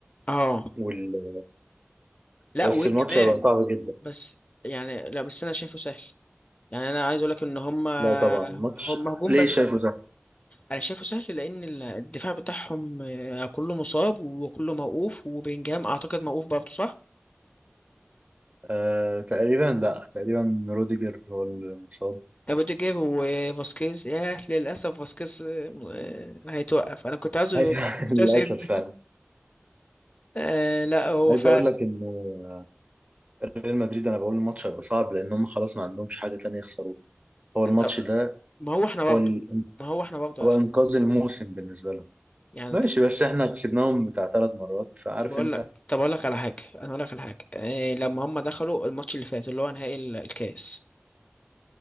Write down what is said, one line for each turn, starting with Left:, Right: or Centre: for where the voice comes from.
Left: اه
Right: وال...
Left: لا
Right: بس
Left: وكمان
Right: الماتش هيبقى صعب جدا
Left: بس يعني لا بس انا شايفه سهل يعني انا عايز اقول لك ان هم
Right: لا طبعا ماتش
Left: هم هجوم
Right: ليه
Left: بس
Right: شايفه سهل
Left: انا شايفه سهل لان ال- الدفاع بتاعهم آه، كله مصاب وكله موقوف وبيلينجهام اعتقد موقوف برضه صح
Right: آه تقريبا لا تقريبا روديجر هو المصاب
Left: روديجر وفاسكيز ياه للاسف فاسكيز آه، آه، هيتوقف انا كنت عايزه
Right: أيوة، <laughs>
Left: كنت
Right: للاسف
Left: عايزه يبدا
Right: فعلا
Left: آه لا هو
Right: عايز
Left: فعلا
Right: اقول لك انه ريال مدريد انا بقول الماتش هيبقى صعب لان هم خلاص ما عندهمش حاجه تانية يخسروها هو الماتش
Left: طب-
Right: ده
Left: ما هو احنا
Right: هو
Left: برضه
Right: ال...
Left: ما هو احنا برضه
Right: هو
Left: على فكره
Right: انقاذ الموسم بالنسبه لهم
Left: يعني
Right: ماشي بس احنا كسبناهم بتاع ثلاث مرات فعارف
Left: طب اقول
Right: انت
Left: لك طب اقول لك على حاجه انا اقول لك على حاجه آه لما هم دخلوا الماتش اللي فات اللي هو نهائي ال- الكاس